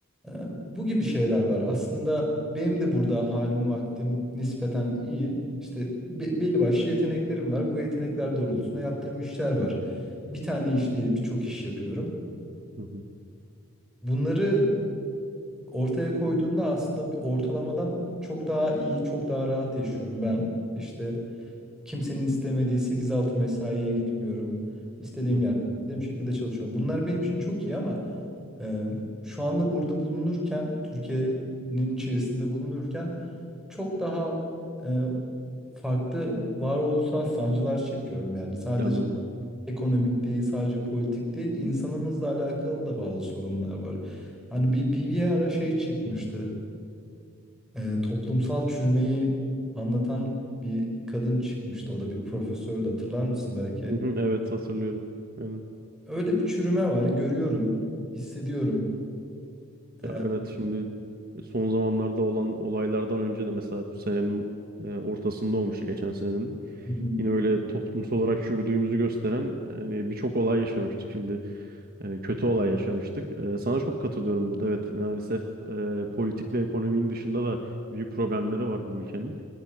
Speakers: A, in the centre; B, on the right.
A: E, bu gibi şeyler var. Aslında benim de burada halim vaktim nispeten iyi. İşte be- belli başlı yeteneklerim var. Bu yetenekler doğrultusunda yaptığım işler var. Bir tane iş değil, birçok iş yapıyorum.
B: hı hı,
A: Bunları ortaya koyduğunda aslında bir ortalamadan çok daha iyi, çok daha rahat yaşıyorum. Ben işte kimsenin istemediği sekiz altı mesaiye gitmiyorum. İstediğim
B: hı hı.
A: yerde, istediğim şekilde çalışıyorum. Bunlar benim için çok iyi ama e, şu anda burada bulunurken, Türkiye'nin içerisinde bulunurken çok daha e, farklı varoluşsal sancılar çekiyorum. Yani sadece
B: Anladım.
A: ekonomik değil, sadece politik değil, insanımızla alakalı da bazı sorunlar var. Hani bir, bir, bir ara şey çıkmıştı, e, toplumsal çürümeyi anlatan bir kadın çıkmıştı. O da bir profesördü, hatırlar mısın belki?
B: Hı hı, Evet hatırlıyorum. Aynen.
A: Öyle bir çürüme var, görüyorum, hissediyorum. E,
B: Ya evet şimdi son zamanlarda olan olaylardan önce de mesela bu senenin e, ortasında olmuştu geçen senenin.
A: Hı hı.
B: Yine öyle toplumsal olarak çürüdüğümüzü gösteren yani birçok olay yaşamıştık şimdi. Yani kötü olay yaşamıştık. E, sana çok katılıyorum burada. Evet maalesef e, politik ve ekonominin dışında da büyük problemleri var bu ülkenin.